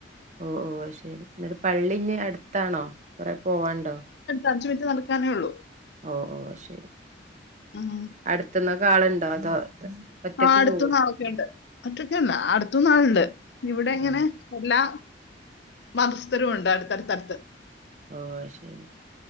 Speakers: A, on the right; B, on the left.
A: ഓ ഓ ശരി എന്നട്ട് പള്ളി അടുത്താണോ കൊറെ പോവാണ്ടോ
B: അഞ്ച് മിനിറ്റ് നടക്കാനേ ഉള്ളൂ
A: ഓ ഓ ശരി
B: ഉം.
A: അടുത്ത് ന്നാ കാളുണ്ടോ അതോ ഒറ്റക്ക്
B: ആ അടുത്ത്
A: പോവോ
B: ന്നാളോക്കെയുണ്ട് ഒറ്റയ്കല്ല അടുത്തു ന്നാളുണ്ട് ഇവിടെ ഇങ്ങനെ
A: ആഹ്
B: എല്ലാ മതസ്ഥരും ഉണ്ട് അടുത്തടുത്തടുത്ത്
A: ഓ ശരി